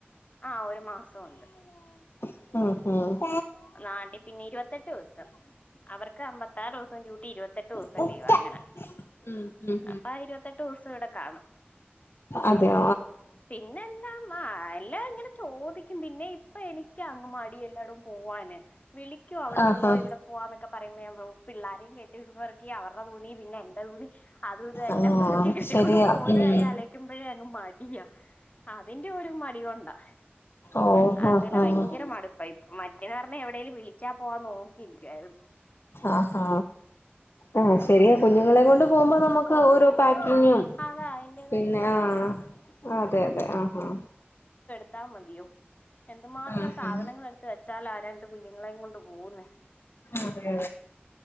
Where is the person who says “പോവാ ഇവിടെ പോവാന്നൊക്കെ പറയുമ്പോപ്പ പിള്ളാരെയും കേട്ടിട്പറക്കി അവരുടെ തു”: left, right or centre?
Left